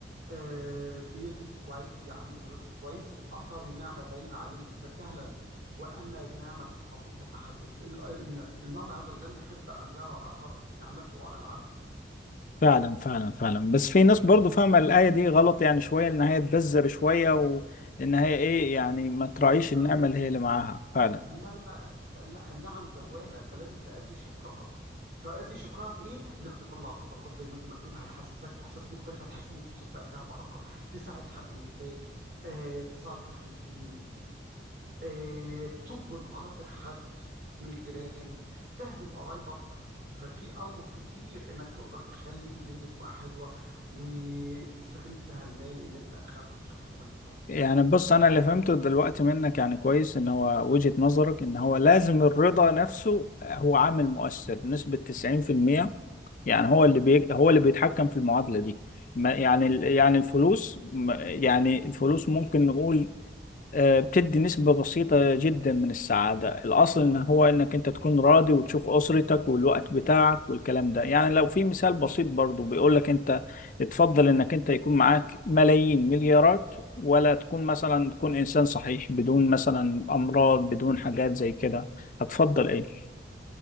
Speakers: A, on the right; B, on the left.
A: آه، بيلبس كويس بيعلم ولاده كويس اثر النعمه باين عليه ففعلا واما بنعمه ربك فحدث ال- ال- المولى عز وجل يحب ان يرى اثر نعمته على العبد
B: فعلا فعلا فعلا بس في ناس برضو فاهمة الآية دي غلط يعني شوية إن هي تبذر شوية
A: او
B: وإن هي إيه يعني ما تراعيش النعمة
A: ال-
B: اللي هي اللي معاها فعلا
A: لا لا لا النعم زواله فلازم تأدي شكرها تأدي شكرها بإيه؟ إنك تطلع صدقات زي ما أنت ما تقول هيحسسك إحساس مختلف هتحس إن فلوسك بقى فيها بركة، تساعد حد محتاج، آه، تساعد طفل يتيم، آه، تجبر بخاطر حد من الجيران تعزم قرايبك ففي أوجه كتير إنك تقدر تخلي الدنيا تبقى حلوة وتستغل فيها المال اللي أنت أخدته بشكل كويس أوي
B: يعني بص أنا اللي فهمته دلوقتي منك يعني كويس إن هو وجهة نظرك إن هو لازم الرضا نفسه هو عامل مؤثر نسبة 90% يعني هو اللي بي هو اللي بيتحكم في المعادلة دي ما- يعني ال- يعني الفلوس ما- يعني الفلوس ممكن نقول آه، بتدي نسبة بسيطة جدا من السعادة الأصل إن هو إنك أنت تكون راضي وتشوف أسرتك والوقت بتاعك والكلام ده يعني لو في مثال بسيط برضو بيقولك أنت تفضل إنك أنت يكون معاك ملايين مليارات ولا تكون مثلا تكون إنسان صحيح بدون مثلا أمراض بدون حاجات زي كده هتفضل إيه؟